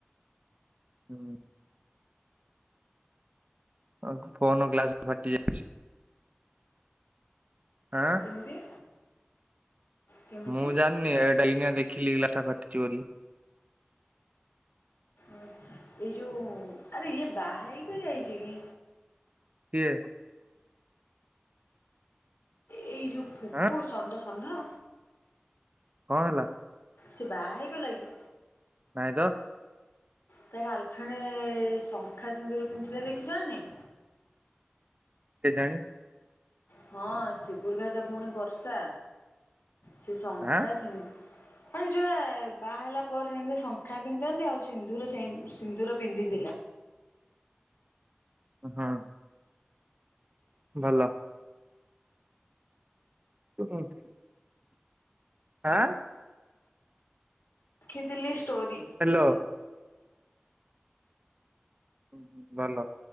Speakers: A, on the right (about 35°); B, on the left (about 75°).
A: ହୁଁ ଅ ଫୋନ ଗ୍ଲାସ ଫାଟି ଯାଇଛି। ଆଁ
B: କେମିତି? କେମିତି
A: ମୁଁ ଜାଣିନି ଏଇଟା ଏଇନା ଦେଖିଲି ଗ୍ଲାସ୍ ଟା ଫାଟିଛି ବୋଲି।
B: ଏଇ ଯୋଉ ଆରେ ଇଏ ବାହା ହେଇକି ଯାଇଛି କି?
A: କିଏ?
B: ଏ ଯଉ ଫୁକୁ
A: ଆଁ
B: ସଣ୍ଡ ସଣ୍ଢ।
A: କଣ ହେଲା?
B: ସେ ବାହା ହେଇଗଲା କି?
A: ନାଇ ତ,
B: ତା ଗାର୍ଲଫ୍ରେଣ୍ଡ-ଏ-ଏ-ଏ ଶଙ୍ଖା ସିନ୍ଦୁରୁ ପିନ୍ଧିଥିଲେ ଦେଖିଛ ନା ନାଇ?
A: କେଜାଣି,
B: ହଁ ଶିବୁର ଭାଇ ତ ଭଉଣୀ ବର୍ଷା ସେ ଶଙ୍ଖା
A: ଆଁ
B: ସି ମାନେ ଯୋଉଟା ବାହା ହେଲା ପରେ ଯେମିତି ଶଙ୍ଖା ପିନ୍ଧନ୍ତି ଆଉ ସିନ୍ଦୁର ସେ ସିନ୍ଦୁର ପିନ୍ଧି ପିନ୍ଧିଲା,
A: ହଁ। ଭଲ, <unintelligible> ଆ-ଆ-ଆ
B: ଦେଖିଥିଲି ଷ୍ଟୋରି।
A: ହ୍ୟାଲୋ ହ ଭଲ